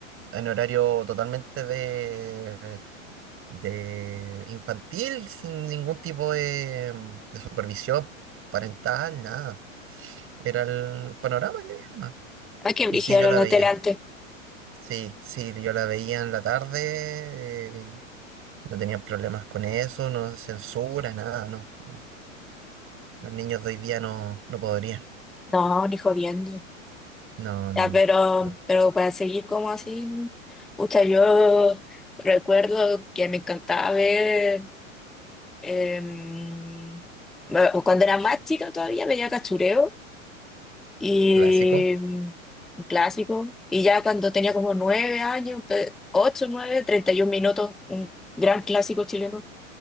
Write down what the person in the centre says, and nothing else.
Ay, qué
brígida
era
la
tele antes.
No, ni jodiendo.
Ya, pero,
pero para seguir como así, pucha, yo recuerdo que me encantaba ver, em, bueno, cuando era más chica todavía veía Cachureo y
mm, un clásico, y ya cuando tenía como nueve años, pe- ocho, nueve, treinta y un minutos, un gran clásico chileno,